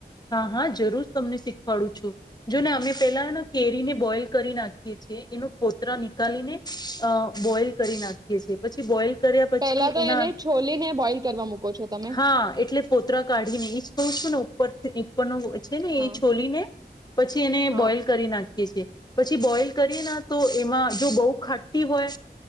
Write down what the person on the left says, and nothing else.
હા હા જરૂર તમને શીખવાડું છું. જો ને અમે પેલા કેરીને બોઈલ નાખી એ ફતરા નીિકળીને બોઈલ કરી નાખીએ છી પછી બોલ કર્યા પછી
એના,
હા એટલે ફતરા કાઢીને એજ કહ છું ને. ન <unintelligible> છે ને
એ છોલી ને, પછી એને
બોઈલ કરી નાખીએ છીએ. પછી બોઈલ કરીએ ના તો એમાં જો બહુ ખાટી હોય,